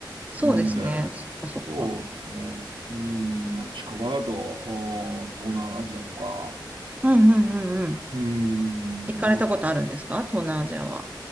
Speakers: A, on the right; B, on the right.
A: そうですね。
B: なんで、
A: そっかそっか。
B: そうですね。うん、まあ、近場だと、お東南アジアとか、
A: うんうんうんうん。
B: うん、
A: 行かれたことあるんですか東南アジアは。
B: ま